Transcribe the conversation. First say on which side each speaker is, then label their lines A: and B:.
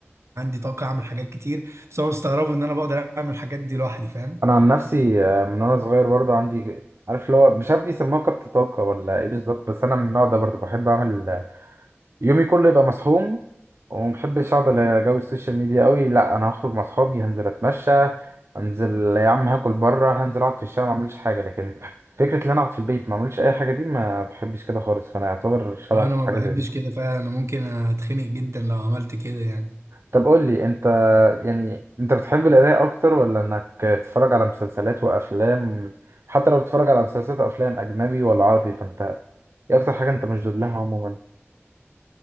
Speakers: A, on the right; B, on the right.
A: وعندي طاقة أعمل حاجات كتير بس هو مستغربوا إن أنا بقدر أعمل الحاجات دي لوحدي فاهم
B: انا عن نفسي آه، من وانا صغير برضه عندي عارف اللي هو مش عارف بيسموها كبت طاقة ولا ايه بالظبط بس انا من النوع ده برضه بحب اعمل يومي كله يبقى مسحوم ومحبش اقعد على جو السوشيال ميديا قوي لا انا هخرج مع اصحابي هنزل اتمشى هنزل يا عم هاكل بره هنزل اقعد في الشارع ما اعملش حاجه لكن فكره ان انا اقعد في البيت ما اعملش اي حاجه دي ما بحبش كده خالص فانا اعتبر شبهك
A: أنا
B: في
A: ما
B: حاجه
A: بحبش
B: زي دي
A: كده فعلا أنا ممكن أتخنق جدا لو عملت كده يعني
B: طب قول لي انت يعني انت بتحب القرايه اكتر ولا انك تتفرج على مسلسلات وافلام حتى لو بتتفرج على مسلسلات وافلام اجنبي ولا عربي فانت ايه اكتر حاجه انت مشدود لها عموما